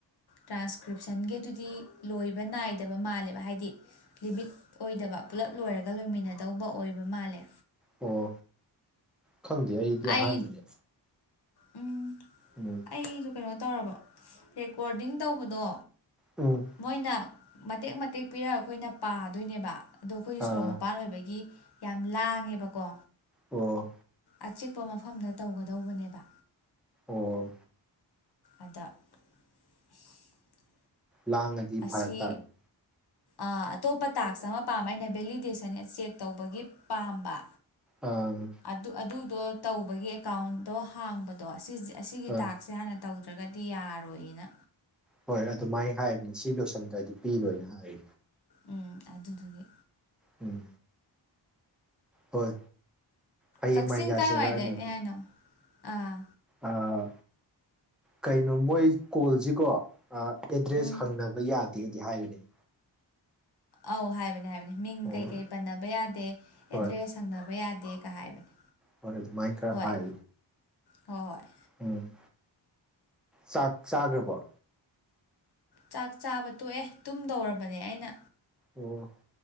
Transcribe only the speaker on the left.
ꯇ꯭ꯔꯥꯟꯁꯀ꯭ꯔꯤꯞꯁꯟꯒꯤꯗꯨꯗꯤ ꯂꯣꯏꯕ ꯅꯥꯏꯗꯕ ꯃꯥꯜꯂꯦꯕ ꯍꯥꯏꯗꯤ ꯂꯤꯃꯤꯠ ꯑꯣꯏꯗꯕ ꯄꯨꯂꯞ ꯂꯣꯏꯔꯒ ꯂꯣꯏꯃꯤꯟꯅꯗꯧꯕ ꯑꯣꯏꯕ ꯃꯥꯜꯂꯦ
ꯑꯩ
ꯎꯝ
ꯑꯩꯗꯣ ꯀꯩꯅꯣ ꯇꯧꯔꯕ ꯔꯦꯀꯣꯔꯗꯤꯡ ꯇꯧꯕꯗꯣ
ꯃꯣꯏꯅ ꯃꯇꯦꯛ ꯃꯇꯦꯛ ꯄꯤꯔ ꯑꯩꯈꯣꯏꯅ ꯄꯥꯗꯣꯏꯅꯦꯕ ꯑꯗꯣ ꯑꯩꯈꯣꯏꯗꯤ
ꯁꯣꯔꯣꯛ ꯃꯄꯥꯟ ꯑꯣꯏꯕꯒꯤ ꯌꯥꯝ ꯂꯥꯡꯉꯦꯕꯀꯣ
ꯑꯆꯤꯛꯄ ꯃꯐꯝꯗ ꯇꯧꯒꯗꯧꯕꯅꯦꯕ
ꯑꯥꯗ INAUDIBLE
ꯑꯥꯁꯤ
ꯑꯥ ꯑꯇꯣꯞꯄ ꯇꯥꯛꯁ ꯑꯃ ꯄꯥꯕ ꯑꯩꯅ ꯚꯦꯂꯤꯗꯦꯁꯟ ꯆꯦꯛ ꯇꯧꯕꯒꯤ ꯄꯥꯕ
ꯑꯗꯨ ꯑꯗꯨꯗꯣ ꯇꯧꯕꯒꯤ ꯑꯦꯀꯥꯎꯟꯗꯣ ꯍꯥꯡꯕꯗꯣ ꯁꯤꯖꯦ ꯑꯁꯤꯒꯤ
ꯇꯥꯛꯁꯦ ꯍꯥꯟꯅ ꯇꯧꯗ꯭ꯔꯒꯗꯤ ꯌꯥꯔꯣꯏꯑꯅ
ꯎꯪ ꯑꯗꯨꯗꯨꯒꯤ
ꯀꯛꯆꯤꯡ
ꯀꯥꯏꯋꯥꯏꯗꯩꯅꯦ
ꯍꯥꯏꯅꯣ ꯑꯥ
ꯎꯝ
ꯑꯧ ꯍꯥꯏꯕꯅꯦ ꯍꯥꯏꯕꯅꯦ ꯃꯤꯡ
ꯀꯩꯀꯩ ꯄꯟꯅꯕ ꯌꯥꯗꯦ
ꯑꯦꯗ꯭ꯔꯦꯁ ꯍꯪꯅꯕ ꯌꯥꯗꯦꯒ ꯍꯥꯏꯕꯅꯦ
ꯍꯣꯏ
ꯍꯣꯏ ꯍꯣꯏ
ꯆꯥꯛ ꯆꯥꯕ ꯇꯣꯛꯑꯦ ꯇꯨꯝꯗꯧꯔꯕꯅꯦ ꯑꯩꯅ